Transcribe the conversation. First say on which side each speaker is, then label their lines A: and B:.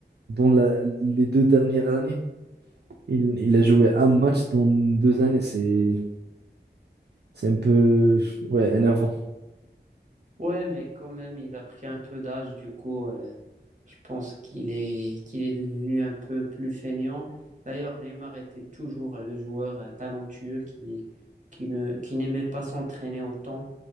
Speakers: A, on the right; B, on the right.
A: dans la- les deux dernières années. Il, il a joué un match dans deux années. C'est, c'est un peu, ouais, énervant.
B: Ouais, mais quand même, il a pris un peu d'âge, du coup, euh, je pense qu'il est, qu'il est devenu un peu plus feignant. D'ailleurs, Neymar était toujours euh, le joueur euh, talentueux qui, qui ne, qui n'aimait pas s'entraîner autant.